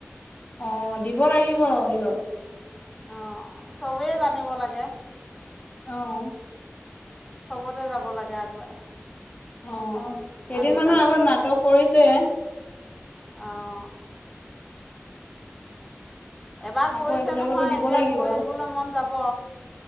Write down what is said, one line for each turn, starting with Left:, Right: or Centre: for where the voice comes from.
Left: অ দিব লাগিব দিয়ক।
Centre: অ চব- সবেই জানিব লাগে।
Left: অ',
Centre: চবতে যাব লাগে আগুৱাই।
Left: অ কেইদিনমানৰ
Centre: আজিকালি
Left: আগত নাটক কৰিছে।
Centre: অহ এবাৰ
Left: আকৌ
Centre: কৰিছে
Left: এইবিলাকতো
Centre: নহয়
Left: দিব
Centre: এতিয়া
Left: লাগিব।
Centre: কৰিবলৈ মন যাব।